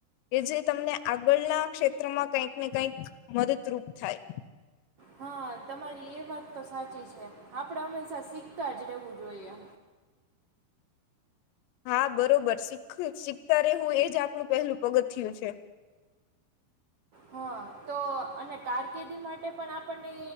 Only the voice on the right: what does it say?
હ, તમારી એ વાત તો સાચી છે, આપડે હંમેશા શીખતા જ રહેવું જોઈએ.
હા તો અને કારકિર્દી માટે પણ આપણને